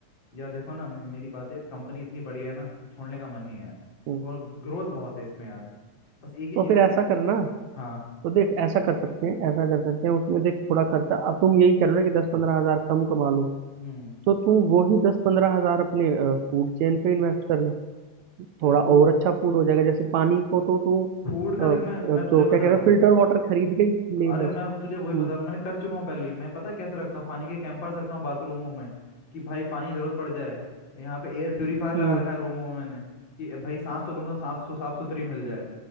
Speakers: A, on the left (about 35°); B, on the right (about 70°).
A: यार देखो ना मेरी बात है कंपनी इतनी बढ़िया है ना छोड़ने का मन नहीं है
B: हम्म,
A: और ग्रोथ बहुत है इसमें यार बस एक ही
B: तो
A: चीज़
B: फिर
A: है
B: ऐसा करना
A: हाँ
B: तो देख ऐसा कर सकते हैं ऐसा कर सकते हैं उसमें देख थोड़ा खर्चा अब तुम यही कर रहे हो ना कि दस पंद्रह हजार कम कमा लो
A: हम्म
B: तो तुम वही दस पंद्रह हजार अपने फूड चेन पे इन्वेस्ट कर ले
A: अरे
B: थोड़ा
A: फूड
B: और अच्छा फूड हो जाएगा जैसे पानी को तो तू
A: फूड का
B: अ, अ,
A: देख मैं मैं तुझे
B: जो क्या
A: बता
B: कह रहे
A: रहा
B: हो
A: हूँ
B: फिल्टर वाटर खरीद के ही ले
A: अरे
B: बस
A: मैं तुझे वही
B: हम्म
A: बता रहा हूँ मैंने कर चुका हूँ पहले ही मैं पता है कैसे रखता हूँ पानी के कैंपर रखता हूँ बाथरूमों में कि भाई पानी जरूरत पड़ जाए यहाँ पे एयर प्योरीफायर लगा
B: हम्म
A: रखा है रूमों में मैंने कि भाई सांस तो कम से कम सांस सु- साफ सुथरी मिल जाए